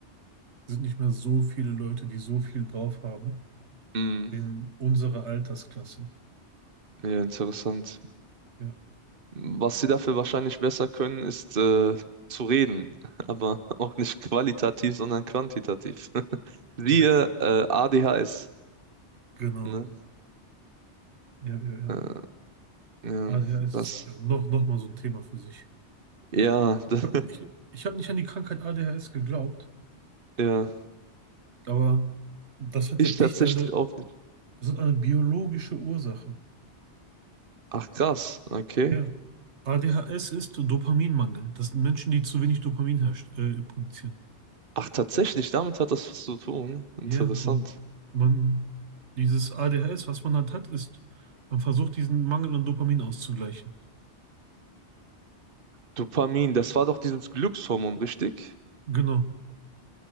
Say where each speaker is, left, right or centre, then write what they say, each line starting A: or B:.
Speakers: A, on the right; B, on the right.
A: sind nicht mehr so viele Leute, die so viel drauf haben
B: mm,
A: in unserer Altersklasse.
B: ja, interessant.
A: Ja,
B: Was sie dafür wahrscheinlich besser können, ist äh, zu reden, <laughs> aber auch nicht qualitativ, sondern quantitativ. <laughs> Siehe
A: ja,
B: äh, ADHS,
A: genau.
B: ne?
A: Ja, ja, ja.
B: Äh, ja,
A: A D H S
B: das,
A: ist ja, noch, noch mal so ein Thema für sich.
B: ja, <laughs> das,
A: Ich habe ich, ich hab nicht an die Krankheit A D H S geglaubt,
B: ja,
A: aber das hat
B: ich
A: ja echt
B: tatsächlich
A: eine,
B: auch nicht.
A: das hat eine biologische Ursache.
B: Ach krass, okay.
A: Ja. A D H S ist Dopaminmangel. Das sind Menschen, die zu wenig Dopamin herst äh, produzieren.
B: Ach tatsächlich, damit hat das was zu tun. Interessant.
A: Ja, und man, dieses ADHS, was man halt hat, ist, man versucht diesen Mangel an Dopamin auszugleichen.
B: Dopamin, das war doch dieses Glückshormon, richtig?
A: Genau,